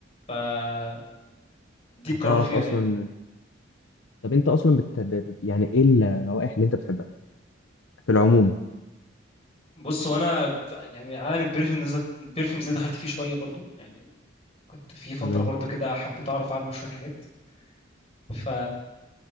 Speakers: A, on the left; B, on the left.
A: فهديك
B: هتعرف
A: قرار فيها
B: اصلا
A: يعني
B: طب انت اصلا بت... ب- ب- يعني ايه الروائح اللي انت بتحبها في العموم
A: بص هو انا يعني عالم البرفيوم ده البرفيوم ده دخلت فيه شويه برضو يعني كنت في فتره
B: تمام
A: برضو كده حبيت اعرف عنه شويه حاجات ف